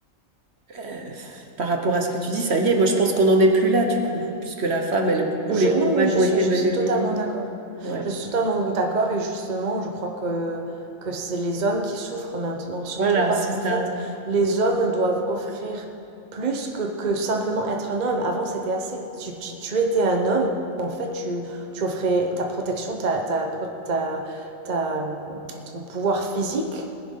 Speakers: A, on the right (about 55°); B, on the right (about 35°).
A: euh, par rapport à ce que tu dis, ça y est, moi je pense qu'on n'en est plus là du coup, puisque la femme, elle, du coup,
B: je,
A: les
B: non,
A: combats
B: oui,
A: qui
B: je
A: ont
B: suis,
A: été
B: je
A: menés
B: suis totalement
A: au début.
B: d'accord.
A: Ouais,
B: Je suis totalement d'accord et justement, je crois que, que c'est les hommes qui souffrent maintenant, surtout
A: voilà,
B: parce
A: c'est
B: qu'en
A: ça.
B: fait, les hommes doivent offrir plus que, que simplement être un homme. Avant, c'était assez. Si tu, tu étais un homme, en fait, tu, tu offrais ta protection, ta, ta, pro- ta, ta, hum, ton pouvoir physique